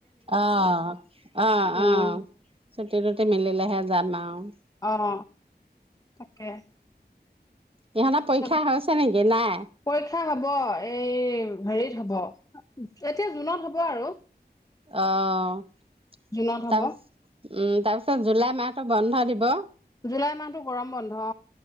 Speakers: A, on the right (about 35°); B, on the left (about 20°).
A: অহ, '- অহ', -অহ',
B: উম
A: চুটি- টুটি মিলিলেহে যাম। <unintelligible>
B: অহ, তাকে।
A: ইহঁতৰ
B: তাৰপিছত
A: পৰীক্ষা হৈছে নেকি নাই
B: পৰীক্ষা হব এই হেৰিত হ'ব এতিয়া জুনত হব আৰু
A: অ তাৰপিছ
B: জুনত হব
A: তাৰপিছত জুলাই মাহটো বন্ধ দিব
B: জুলাই মাহতটো গৰম বন্ধ